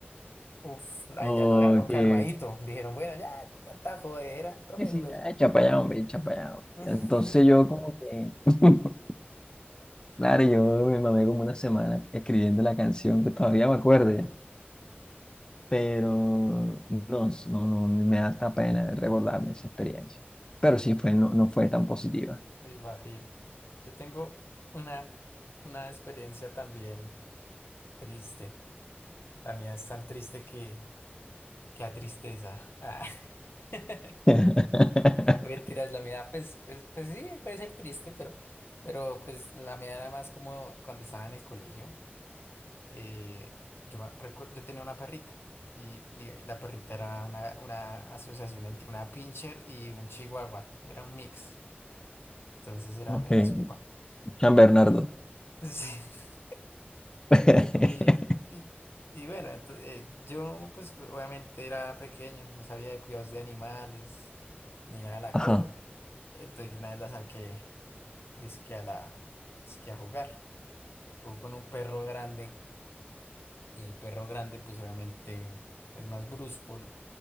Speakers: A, on the left (about 70°); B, on the left (about 20°).
A: Uf, ahí
B: o
A: ya lo dejaron
B: que,
A: calmadito. Le dijeron, bueno, ya, tanta jodera, tome
B: que sí,
A: su beso.
B: ya, echa pa' allá, hombre, echa pa' allá, hombre.
A: <laughs>
B: Entonces yo como que, <laughs> claro, yo me mamé como una semana escribiendo la canción que todavía me acuerdo ya, pero no, s- no, no, me da hasta pena recordarme esa experiencia, pero sí fue, no, no fue tan positiva.
A: Me imagino. Yo tengo una, una experiencia también triste. La mía es tan triste que, que a tristeza. Ah. <laughs>
B: <laughs>
A: Mentiras, la mía, pues, pues, pues sí, puede ser triste, pero, pero pues la mía era más como cuando estaba en el colegio. eh, yo, me recu- yo tenía una perrita y di- la perrita era una, una asociación entre una pincher y un chihuahua, era un mix, entonces era
B: Ok,
A: mera sopa.
B: San Bernardo.
A: Y- <laughs>
B: <laughs>
A: sí, y, y- y bueno, entonces, yo pues obviamente era pequeño, no sabía de cuidados de animales, ni nada de la
B: Ajá.
A: cosa. Entonces yo una vez la saqué, dizque a la, dizque a jugar, jugó con un perro grande y el perro grande pues obviamente es más brusco,